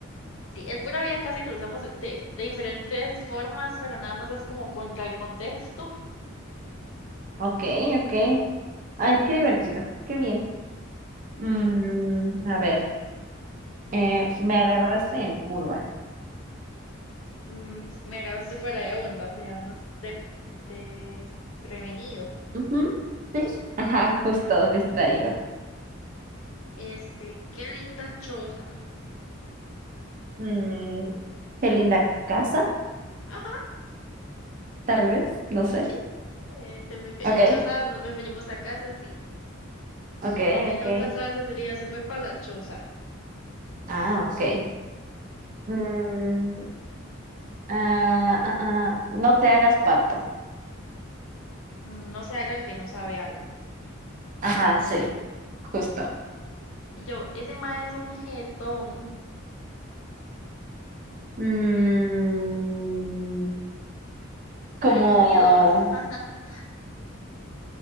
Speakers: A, on the left; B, on the right.
A: Sí, el pura vida casi que lo usamos de, de diferentes formas, pero nada más es como contra el contexto.
B: okay, okay. Ay, qué divertido, qué bien. Mm, a ver, eh, me agarraste en curva.
A: Mm, me agarraste fuera de onda, o sea, no es de- desprevenido.
B: Ujú, Sí, ajá, justo, distraído.
A: Este, qué linda choza.
B: Mm, qué linda casa,
A: Ajá,
B: tal vez, no sé.
A: sí, eh, se refe-
B: Okay,
A: choza nos referimos a casa, sí.
B: okay,
A: También
B: okay.
A: otra frase sería, se fue para la choza.
B: Ah, okay. Mm, ah, ah, ah, no te hagas pato.
A: Mm, no se haga el que no sabe algo.
B: Ajá, sí, justo.
A: Y yo, ese ma es un jetón.
B: Mm, como,
A: Hay un y dos. <laughs>